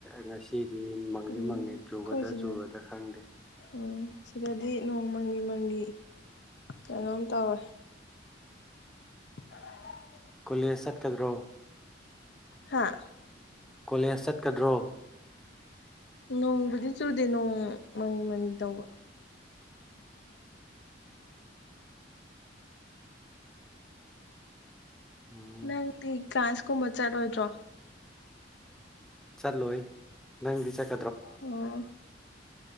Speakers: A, in the centre; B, on the left.
A: ꯉꯁꯤ ꯗꯤ ꯃꯪꯗꯤ
B: ꯎꯝ
A: ꯃꯪꯉꯦ
B: ꯑꯩꯈꯣꯏ
A: ꯆꯨꯒꯗ꯭ꯔꯥ
B: ꯁꯤꯗ
A: ꯆꯨꯔꫭꯏꯗ꯭ꯔꯥ ꯈꯪꯗꯦ
B: ꯎꯝ ꯁꯤꯗꯗꯤ ꯅꯣꯡꯃꯪꯂꯤ ꯃꯪꯂꯤ ꯀꯩꯅꯣꯝ ꯇꯧꯋꯦ <inaudible>
A: ꯀꯣꯂꯦꯖ ꯆꯠꯀꯗ꯭ꯔꯣ
B: ꯍꯥꯥ
A: ꯀꯣꯂꯦꯖ ꯆꯠꯀꯗ꯭ꯔꯣ
B: ꯅꯣꯡꯕꯨꯗꯤ ꯆꯨꯗꯦ ꯅꯣꯡ ꯃꯪꯒꯤ ꯃꯪꯒꯤ ꯇꯧꯕ
A: ꯎꯝ
B: ꯅꯪꯗꯤ ꯀꯥꯜꯁ ꯀꯨꯝꯕ ꯆꯠꯂꫭꯏꯗ꯭ꯔꯣ
A: ꯆꯠꯂꯣꯏ ꯅꯪꯗꯤ ꯆꯠ
B: ꯑꯣ